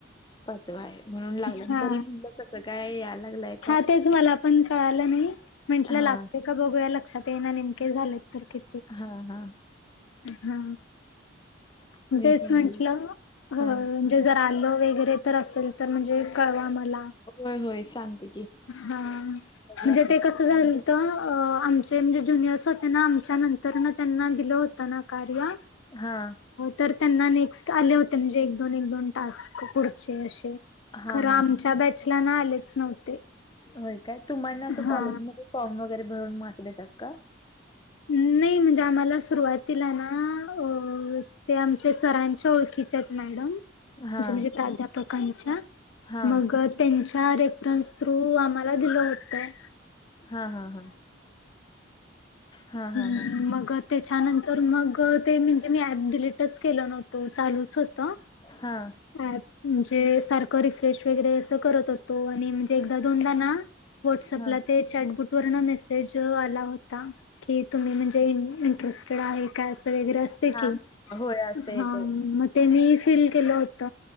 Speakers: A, on the left (about 20°); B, on the left (about 80°).
A: पाचवा आहे म्हणून लागला
B: हा
A: तरी म्हणलं कसं काय या लागलंय.
B: हा तेच मला पण कळालं नाही म्हटलं
A: हा
B: लागत. का बघूया लक्षात ये ना नेमके झालेत तर कि
A: हा हा.
B: हा
A: कुणीच
B: तेच
A: नाही
B: म्हटलं
A: बाई
B: अ
A: हा
B: ते जर आलं वगैरे तर असेल तर म्हणजे कळवा आम्हाला
A: होय होय सांगते की,
B: हा म्हणजे
A: बघूया की
B: ते
A: म्हणजे
B: कसं झालत अ आम आचे म्हणजे जुनियर्स होते ना आमच्या नंतर त्यांना दिलं होतं ना कार्य
A: हा.
B: तर त्यांना नेक्स्ट आले होते म्हणजे एक दोन एक दोन टास्क पुढचे असे.
A: हा
B: खरं
A: हा
B: आमच्या
A: हा
B: बॅचला ना आलेच नव्हते.
A: होय काय तुम्हाना असं
B: हा
A: कॉलेजमध्ये फॉर्म वगैरे भरून म अस देतात का?
B: नाही म्हणजे आम्हाला सुरुवातीला ना अ ते आमच्या सरांच्या ओळखीचे आहेत मॅडम
A: हा
B: म्हणजे म्हणजे प्राध्यापकांच्या
A: हा
B: मग त्यांच्या रेफरन्स थ्रू आम्हाला दिलं होतंय.
A: हा हा हा. हा
B: ह
A: हा
B: मग. त्याच्यानंतर मग ते म्हणजे मी ॲप डिलीटच केलं नव्हतो चालूच होतं.
A: हा.
B: प म्हणजे सारखं रिफ्रेश वगैरे असं करत होतो आणि म्हणजे एकदा दोनदा ना, व्हॉट्सअपला
A: हा
B: ते चॅटबुट वरन मेसेज आला होता. कि तुम्ही म्हणजे इंटरेस्टेड आहे का असं वगरे अस
A: हा
B: की
A: होय असतंय
B: हा
A: ते
B: मग ते मी फील केलं होत.